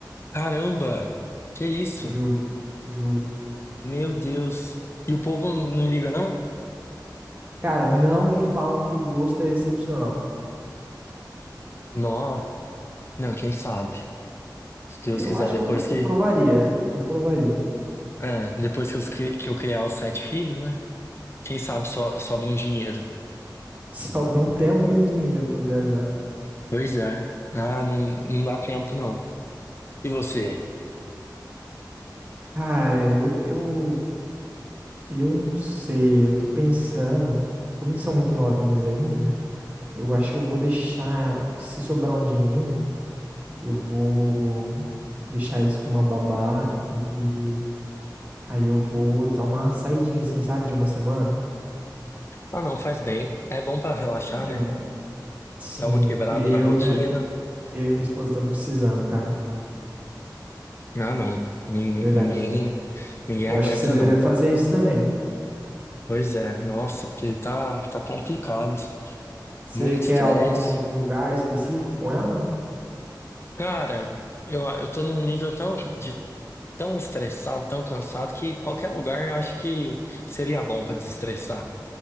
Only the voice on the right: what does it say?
Juro, juro.
Cara, não e falam que o gosto é excepcional.
Eu
acho
que eu,
eu provaria. Eu provaria.
<laughs> Sobra um tempo e um dinheiro pra viajar.
Cara, eu, eu, eu não sei. Eu tô pensando. Como eles são muito novinhos ainda, eu acho que eu vou deixar. Se sobrar um dinheirinho, eu vou deixar eles com uma babá e Aí eu vou dar uma saidinha, assim, sabe? De uma semana.
É,
sim,
porque eu
e minha, eu e minha esposa estamos precisando, cara.
de Verdade.
Eu
acho que você deveria
fazer isso também.
Você
quer
algum, algum lugar específico com ela?